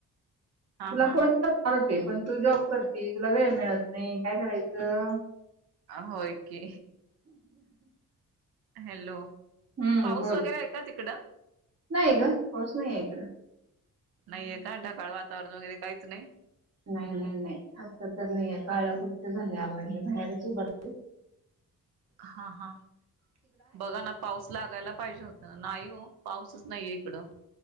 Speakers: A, on the right; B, on the right.
A: तुला
B: हा
A: फोन करणार होती मी पण तू जॉब करते तुला वेळ मिळत नाही काय करायचं
B: होय की हॅलो
A: हम्म
B: पाऊस
A: बोल
B: वगैरे आहे का तिकडं
A: नाही ग पाऊस नाही आहेक
B: नाहीये का ढकाळ वातावरण वगैरे काहीच नाही
A: नाही नाही नाही आत्ता तर नाहीय काळ कुठठ झाल्या माहिजे बाहेरच उभ <inaudible>
B: हा हा बघा ना पाऊस लागायला पाहिजे होता ना नाही हो पाऊसच नाहीये इकडं